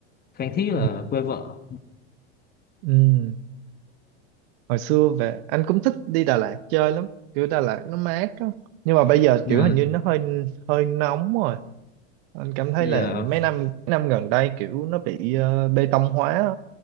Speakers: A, on the left (about 25°); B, on the right (about 60°).
A: Phan Thiết là
B: ừ.
A: quê vợ
B: Ừ. hồi xưa về anh cũng thích đi Đà Lạt chơi lắm kiểu Đà Lạt nó mát á nhưng mà bây giờ
A: dạ
B: kiểu hình như nó hơi hơi nóng rồi anh cảm thấy
A: giờ
B: là mấy năm mấy năm gần đây kiểu nó bị ờ, bê tông hóa á.